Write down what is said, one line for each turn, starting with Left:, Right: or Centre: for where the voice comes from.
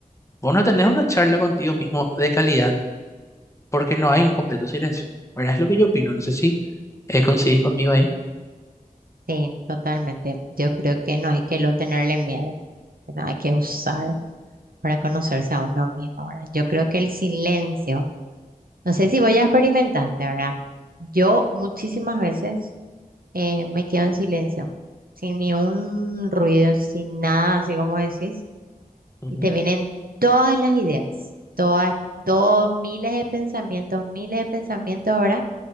Left: vos no tenés una charla contigo mismo de calidad porque no hay un completo silencio. Bueno, es lo que yo opino, no sé si eh, ¿coincidís conmigo ahí?
Right: Sí, totalmente. Yo creo que no hay que lo tenerle miedo, ¿verdad? Hay que usar para conocerse a uno mismo. Ahora, yo creo que el silencio No sé si vos ya experimentaste, ¿verdad? Yo muchísimas veces eh, me quedo en silencio, sin ni un ruido, sin nada, así como decís,
Left: Ujú,
Right: y te vienen todas las ideas, todas, todos miles de pensamientos, miles de pensamientos, ¿verdad?